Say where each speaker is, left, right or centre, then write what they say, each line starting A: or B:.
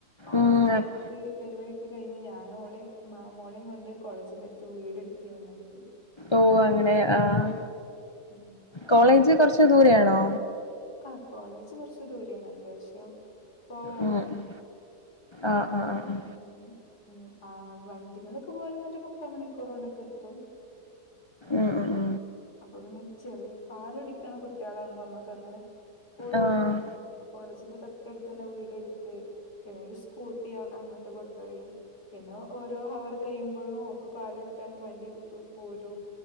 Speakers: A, on the left; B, on the left.
A: ആ
B: ഉം
A: ഒരു സമയത്ത്
B: അ-
A: ഡെലിവറി ക്കെ കഴിഞ്ഞ് ഞാന് ഓളീം മോളെ കൊണ്ട് കോളേജിന്റെട്ത്ത് വീടെട്ത്ത് നിന്നക്കേനു
B: ഓഹ് അങ്ങനെ ആഹ്
A: ഉം.
B: കോളേജ് കൊറച്ച് ദൂരെ ആണോ
A: ആഹ് കോളേജ് കൊറച്ച് ദൂരെയാണ് അത്യാവശ്യം പോവാണ്ട്
B: ഉം ഉം ആഹ്
A: വീട്ട്ന്ന്
B: ആഹ് ആഹ്
A: ഉം ആ ഹ് വണ്ടിമലൊക്കെ പോവണ്ന്ന്ണ്ടെങ്കി മുക്കാ മണിക്കൂറൊണ്ടൊക്കെ എത്തും
B: ആഹ് ആഹ്
A: അപ്പൊ പിന്നെ ചെറിയ പാല് കുടിക്ക്ണ കുട്ട്യാളാവുമ്പോ നമ്മക്ക് അങ്ങനെ പോയി
B: ആഹ്
A: പോരാൻ കഴിയില്ലല്ലോ അപ്പൊ കോളേജിന്റെ തൊട്ടട്ത്ത് തന്നെ വീട് ഇട്ത്ത് പിന്നെ ഒരു സ്‌ കൂട്ടി അങ്ങട്ട് കൊണ്ടോയി പിന്നെ ഓരോ ഹവർ കഴിയുമ്പോഴും ഓക്ക് പാല് കൊട്ക്കാനു മാണ്ടി പോരും